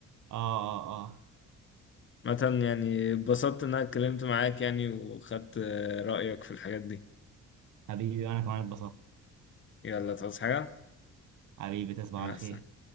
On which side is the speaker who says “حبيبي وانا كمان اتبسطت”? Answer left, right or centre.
Right